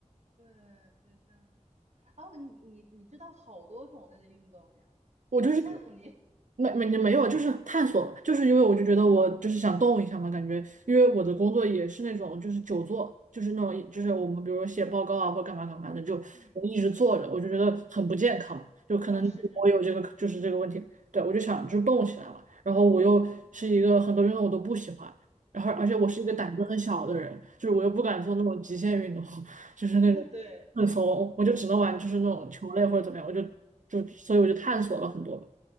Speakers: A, on the right; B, on the right.
A: 对对，这样子，哦，你你你知道好多种类的运动呀，
B: 我就是。
A: 好羡慕你，
B: 没没没有，就是探索嘛，就是因为我就觉得我就是想动一下嘛，感觉因为我的工作也是那种就是久坐，就是那种就是我们比如说写报告啊或干嘛干嘛的，就我们一直坐着，
A: 嗯，
B: 我就觉得很不健康嘛，就可能你我有这个就是这个问题，
A: 啊，是是是，
B: 对我就想就是动起来嘛，然后我又是一个很多运动我都不喜欢，然后而且我是一个胆子很小的人，就是我又不敢做那种极限运动，<laughs> 就是那种很怂，
A: <laughs> 对
B: 我就只能玩就是那种球类或者怎么样，
A: 对，
B: 我就就所以我就探索了很多吧